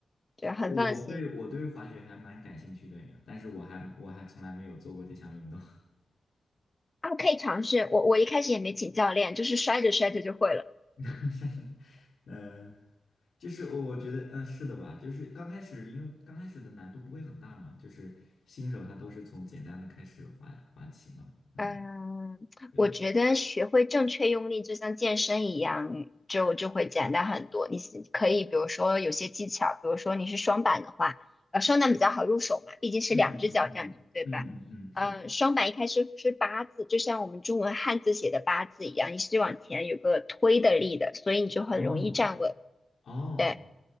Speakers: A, on the left; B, on the left.
A: 对，很放心
B: 对我对我对滑雪还蛮感兴趣的呀，但是我还我还从来没有做过这项运动。
A: 啊，可以尝试。我我一开始也没请教练，就是摔着摔着就会了。
B: <laughs> 嗯，呃就是我我觉得，嗯，是的吧？就是刚开始，因为刚开始的难度不会很大嘛，就是新手他都是从简单的开始滑滑起嘛。嗯，
A: 嗯，
B: 对，
A: 我觉得学会正确用力，就像健身一样，就就会简单很多。你是可以，比如说有些技巧，比如说你是双板的话，呃，双板比较好入手嘛，毕竟是两只脚站着，
B: 嗯嗯嗯嗯嗯嗯嗯，
A: 对吧？
B: 是。
A: 呃，双板一开始是八字，就像我们中文汉字写的八字一样，你是往前有个推的力的，所以你就很容易站稳。
B: 哦哦
A: 对。